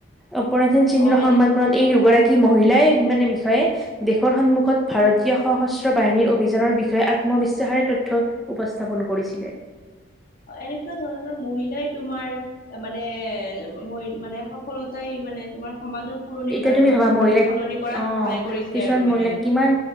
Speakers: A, in the centre; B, on the left.
A: অপৰাণসি সিংৰ
B: অ
A: <unintelligible>
B: এনে
A: এই দুগৰাকী মহিলাই মানে বিষয়ে দেশৰ সন্মুখত ভাৰত তীয় সশস্ত্ৰ বাহিনীৰ অভিযানৰ বিষয়ে আত্মবিশ্বাসে তথ্য উপস্থাপন কৰিছিলে।
B: অ', এনেকুৱা ধৰণৰ মহিলাই তোমাৰ মানে-মানে সফলতাই মানে তোমাৰ সমাজৰ পুৰণি
A: এতিয়া
B: ধাৰণাবোৰ
A: তুমি ভাবা মহিলাক
B: মানে সলনি কৰাত
A: অ
B: সহায় কৰিছে
A: কিছুমান
B: আৰু মানে।
A: মহিলাক কিমান